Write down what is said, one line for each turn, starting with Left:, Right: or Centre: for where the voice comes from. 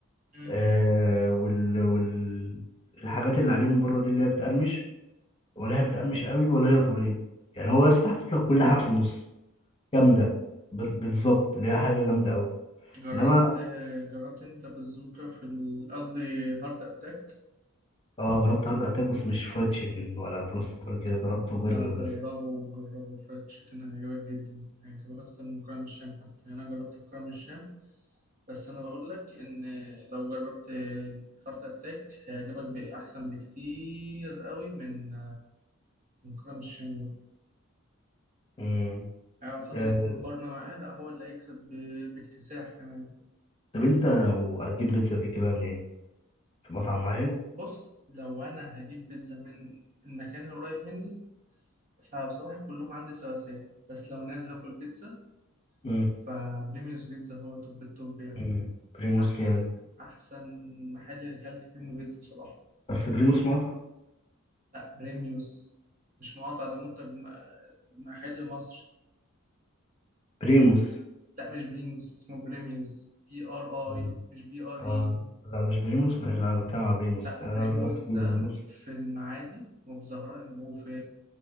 Right: مم.
Left: آه وال... وال الحاجات اللي عليه من بره دي اللي هي بتقرمش ولا هي بتقرمش قوي ولا هي طريه يعني هو بس حاطط لك كل حاجه في النص جامده بال- بالظبط اللي هي حاجه جامده قوي
Right: جربت
Left: انما
Right: جربت أنت بازوكا في ال- قصدي هارت أتاك
Left: اه جربت هارد اتاك بس مش فرايد تشيكن ولا بروستد ولا كده جربته برجر
Right: لا جربه
Left: بس
Right: جربه فريد تشيكن هيعجبك جدا هيعجبك أكتر من كرم الشام حتى يعني أنا جربت في كرم الشام بس انا بقول لك ان لو جربت هارت اتاك هيعجبك باحسن بكتير قوي من من كرم الشام ده
Left: امم
Right: يعني لو حطيته
Left: آه
Right: في مقارنة معاه لا هو اللي هيكسب ب- باكتساح كمان
Left: طب انت لو هتجيب بيتزا بتجيبها منين في مطعم معين
Right: بص لو انا هجيب بيتزا من المكان القريب مني فبصراحة كلهم عندي سواسية بس لو نازل اكل بيتزا
Left: امم
Right: فبريميوس بيتزا هو توب التوب يعني
Left: امم بريموس
Right: احسن
Left: جامد
Right: احسن محل اكلت فيه منه بيتزا بصراحة
Left: بس بريموس مطعم
Right: لا بريميوس مش مقاطع ده منتج م- محل مصري
Left: بريموس
Right: لا مش بريميوس اسمه بريميوس بي ار
Left: أمم.
Right: اي مش بي ار
Left: آه
Right: اي
Left: لا مش بريموس مش انا بتكلم على بريموس
Right: لا
Left: يعني
Right: بريميوس
Left: انا جربت بريموس
Right: ده في المعادي وفي زهراء وفي